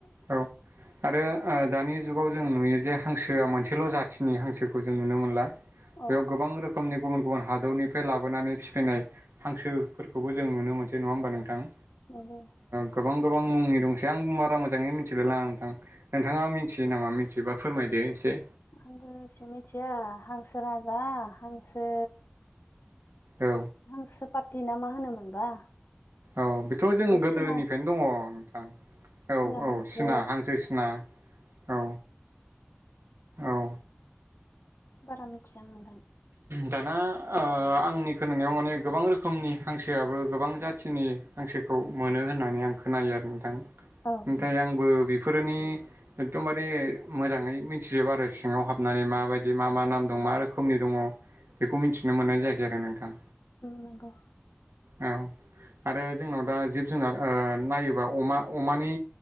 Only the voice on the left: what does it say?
औ
नंगौ
आ मिसे मिथिया हांसो राजा हांसो
हांसो पार्टि ना मा होनोमोनबा
ओमफ्राय
सिना
सिना हांसो
बारा मिथिया आं नोंथां
औ
नंगौ
नंगौ